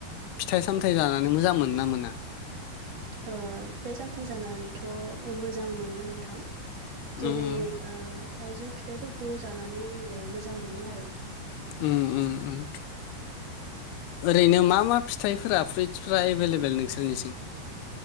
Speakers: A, on the left; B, on the right.
A: फिथाइ सामथायाइ जानानै मोजां मोनो ना मोना?
B: ओ फिथाइ सामथाइ जानानैथ' मोजां मोनो नोंथां। जेरै
A: उम
B: ओ थाइजौ फिथाइफोरखौ जानानै ओ मोजां मोनो आरो
A: उम उम उम। ओरैनो मा मा फिथाइफोरा फ्रुइट्सफोरा एभेलेबल नोंसोरनिथिं?